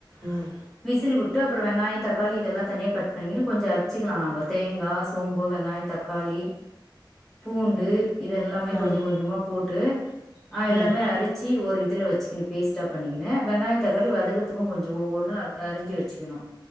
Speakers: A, on the right; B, in the centre.
A: ம்
B: விசில் விட்டு அப்பறம் வெங்காயம் தக்காளி இதெல்லாம் தனியாக கட் பண்ணிக்கன்னனு கொஞ்ச அரிச்சிக்கல நம்ப தேங்காய் சோம்பு வெங்காயம் தக்காளி பூண்டு இதெல்லாமே
A: ம்
B: கொஞ்சம் கொஞ்சமா போட்டு ஹ எல்லாமே
A: ம்
B: அரிச்சி ஒரு இதுல வெச்சுக்கின் பேஸ்ட்டா பண்ணிக்கனு வெங்காயம் தக்காளி வ பதகத்துக்கும் கொஞ்சம் ஒவ்வொருன்னும் அரிஞ்சு வெச்சுக்கணும்